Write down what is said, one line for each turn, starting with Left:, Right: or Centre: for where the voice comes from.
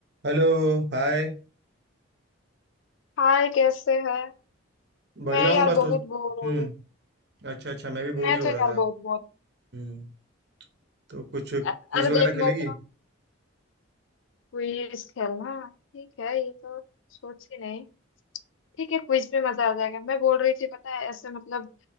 Right: Hello Hi
Left: हाय कैसे है
Right: बढ़िया
Left: मैं
Right: हूँ
Left: यार
Right: बस
Left: बहुत
Right: उस...
Left: बोर हो
Right: हम्म
Left: रही
Right: अच्छा अच्छा मैं भी
Left: मैं
Right: बोर ही हो
Left: तो यार
Right: रहा था
Left: बहुत बोर
Right: हम्म तो कुछ क्विज
Left: अ- अरे
Right: वगैरह
Left: देखना
Right: खेलेगी
Left: तो क्विज खेलना ठीक है ये तो सोच ही नहीं ठीक है क्विज में मजा आ जाएगा मैं बोल रही थी पता है ऐसे मतलब